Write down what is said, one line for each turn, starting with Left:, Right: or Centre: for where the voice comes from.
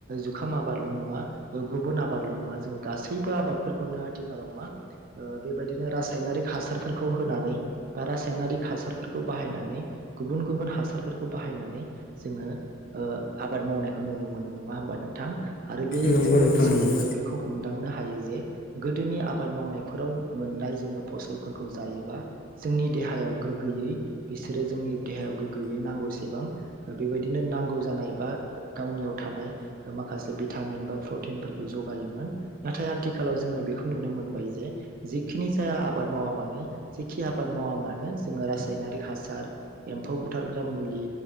Right: जुखाम आबादल' नङा ओ गुबुन आबादल' नङा जोङो गासैबो आबादफोरखौनो आथिखालाव मा ओ बेबायदिनो रासायनारिक हासारफोरखौ होनानै बा रासायनारिक हासारफोरखौ बाहायनानै गुबुन गुबुन हासारफोरखौ बाहायनानै जोङो ओ आबाद मावनायखौ नुनो मोनो नङा होमबा नोंथां? आरो बे
Left: नंगौ
Right: जों
Left: नोंथां
Right: लोगोसे
Left: नंगौ
Right: जोङो बेखौ हमदांनो हायो जे गोदोनि आबाद मावनायफोराव मोननाय जोङो फसलफोरखौ जायोबा जोंनि देहायाव गोग्गोयै बिसोरो जोंनि देहायाव गोग्गोयै नांगौसेबां बेबायदिनो नांगौ जानाय बा गावनियाव थानाय माखासे भिटामिन बा प्रटिनफोरखौ जगायोमोन नाथाय आथिखालाव जोङो बेखौ नुनो मोनबाय जे जेखिनि जाया आबाद मावा मानो जेखि आबाद मावा मानो जोङो रासायनारिक हासार एम्फौ बुथारग्रा मुलि